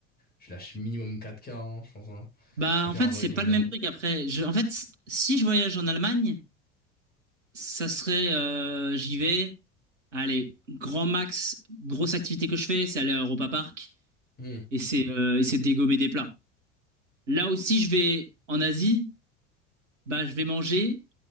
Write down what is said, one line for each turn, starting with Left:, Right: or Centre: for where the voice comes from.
Left: Tu lâches minimum 4K, hein, je pense. Hein.
Right: Bah
Left: Tu fais faire
Right: en fait,
Left: un vrai
Right: c'est
Left: truc.
Right: pas le
Left: Hein.
Right: même truc après. Je- en fait, si je voyage en Allemagne, ça serait, euh, j'y vais. Allez, grand max, grosse activité que je fais, c'est aller à Europa Park
Left: Hmm.
Right: et c'est euh, et c'est dégommer des plats. Là aussi, je vais en Asie bah, je vais manger,